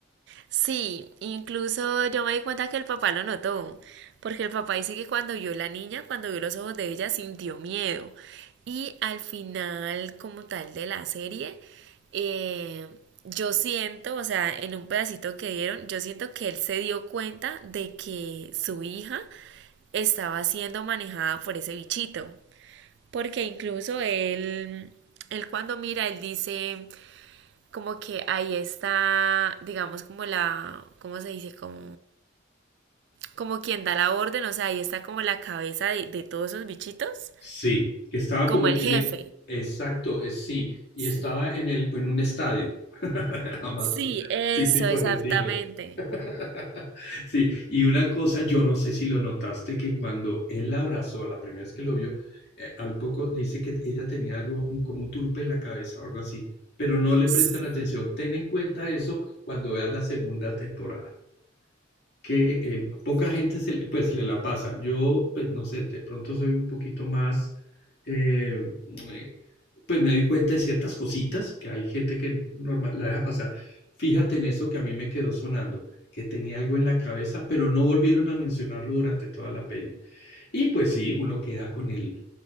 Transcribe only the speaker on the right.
Sí, incluso yo me di cuenta que el papá lo notó, porque el papá dice que cuando vio la niña, cuando vio los ojos de ella, sintió miedo. Y al final, como tal de la serie, eh, yo siento, o sea, en un pedacito que dieron, yo siento que él se dio cuenta de que su hija estaba siendo manejada por ese bichito. Porque incluso él, él cuando mira, él dice, como que ahí está, digamos, como la, ¿cómo se dice? Como, como quien da la orden, o sea, ahí está como la cabeza de, de todos esos bichitos,
como
el
jefe.
Sí,
Sí, eso,
exactamente.
Sí,